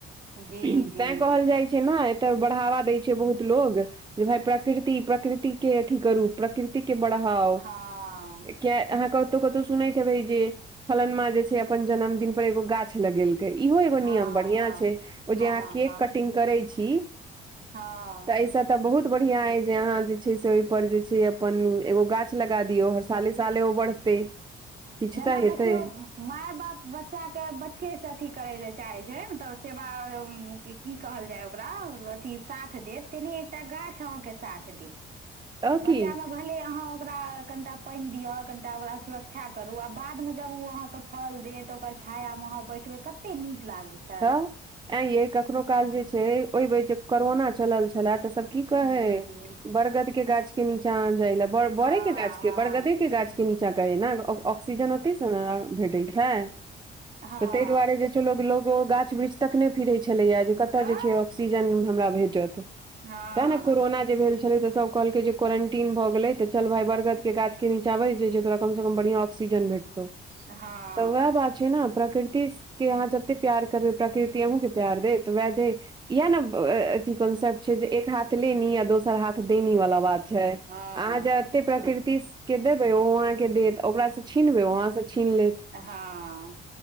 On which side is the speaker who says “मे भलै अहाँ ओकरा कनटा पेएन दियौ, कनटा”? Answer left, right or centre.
Right